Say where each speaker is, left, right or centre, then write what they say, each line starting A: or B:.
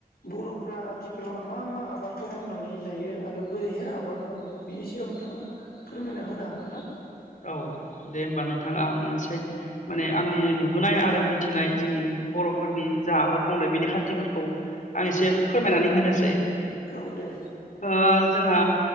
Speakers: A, on the left (about 85°); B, on the left (about 55°).
A: बर'फ्रा आथिखालाव मा मा आबादखौ मावनानै जायो, आरो बोरैहाय आबाद मावो बेनि सायाव नोंथाङा फोरमायना होनो हागोन ना?
B: औ दे होमबा नोंथां आं एसे माने आंनि नुबोनाय आरो मिथिनाय जोंनि बर'फोरनि जा आबाद मावनाय बिनि खान्थिफोरखौ आं एसे फोरमायनानै होनोसै।
A: गाव दे
B: ओ जोंहा।